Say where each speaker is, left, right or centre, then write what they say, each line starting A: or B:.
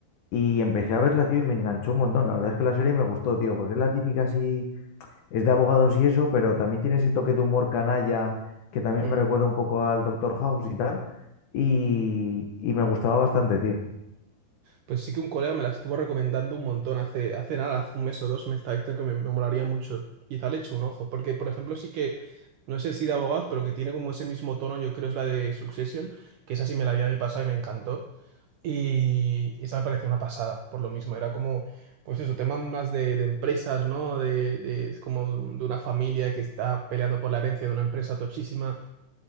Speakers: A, on the left; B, on the right.
A: y empecé a verla, tío, y me enganchó un montón. La verdad es que la serie me gustó, tío, porque es la típica así es de abogados y eso, pero también tiene ese toque de humor canalla que también
B: Mm.
A: me recuerda un poco al Doctor House y tal. Y, y me gustaba bastante, tío.
B: Pues sí que un colega me la estuvo recomendando un montón hace, hace nada, hace un mes o dos, me está diciendo que me, me molaría mucho. Quizá le echo un ojo, porque por ejemplo sí que, no sé si de abogados, pero que tiene como ese mismo tono, yo creo es la de Succession, que esa sí me la vi el año pasado y me encantó. Y y esa me pareció una pasada, por lo mismo, era como, pues eso, temas más de, de empresas, ¿no? De, de- es como de un- de una familia que está peleando por la herencia de una empresa tochísima